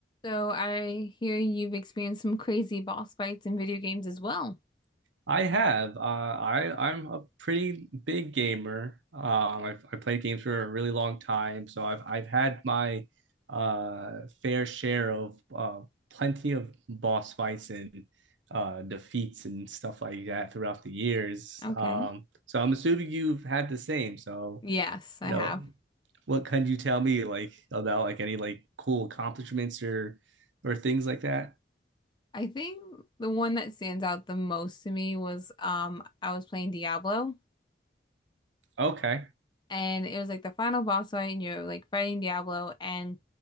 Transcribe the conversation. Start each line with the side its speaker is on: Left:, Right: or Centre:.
Left: So I hear you've experienced some crazy boss fights in video games as well.
Right: I have. Uh, I I'm a pretty big gamer. Um, I've I played games for a really long time, so I've I've had my uh, fair share of uh, plenty of boss fights and uh, defeats and stuff like that throughout the years.
Left: Okay.
Right: Um, so I'm assuming you've had the same. So
Left: Yes,
Right: you
Left: I
Right: know,
Left: have.
Right: what can you tell me like about like any like cool accomplishments or or things like that?
Left: I think the one that stands out the most to me was um I was playing Diablo
Right: Okay.
Left: and it was like the final boss fight and you're like fighting Diablo and